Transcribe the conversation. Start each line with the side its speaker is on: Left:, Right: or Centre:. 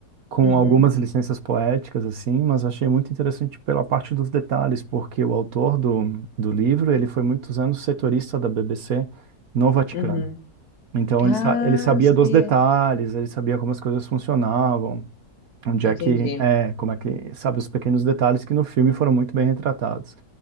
Right: com
Left: Uhum,
Right: algumas licenças poéticas, assim, mas achei muito interessante pela parte dos detalhes, porque o autor do, do livro, ele foi muitos anos setorista da B B C no Vaticano.
Left: uhum.
Right: Então
Left: Ah,
Right: ele, sa- ele sabia
Left: não sabia.
Right: dos detalhes, ele sabia como as coisas funcionavam, onde
Left: Entendi.
Right: é que é, como é que sabe os pequenos detalhes que no filme foram muito bem retratados.